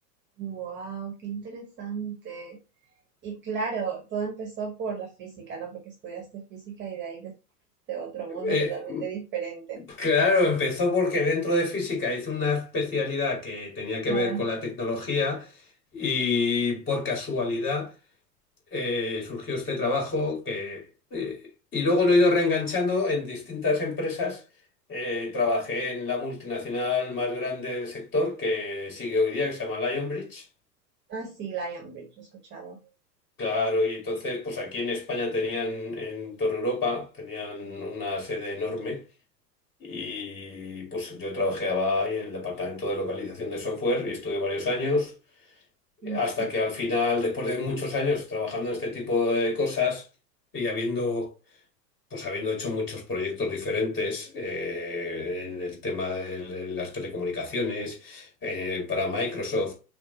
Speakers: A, on the right (about 25°); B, on the left (about 25°).
A: Wow, qué interesante. Y claro, todo empezó por la física, ¿no? Porque estudiaste física y de ahí descubriste otro mundo
B: Eh,
A: totalmente diferente.
B: claro, empezó porque dentro de física hice una especialidad que tenía que
A: Claro.
B: ver con la tecnología y por casualidad eh, surgió este trabajo que, eh, y luego lo he ido reenganchando en distintas empresas. Eh, trabajé en la multinacional más grande del sector que sigue hoy día, que se llama Lionbridge.
A: Ah, sí, Lion Bridge, lo he escuchado.
B: Claro, y entonces, pues aquí en España tenían, en Torre Europa, tenían una sede enorme Y pues yo trabajaba ahí en el departamento de localización de software y estuve varios años,
A: Ujú,
B: hasta que al final, después de muchos años trabajando en este tipo de cosas y habiendo, pues habiendo hecho muchos proyectos diferentes eh, en el tema de las telecomunicaciones, eh, para Microsoft,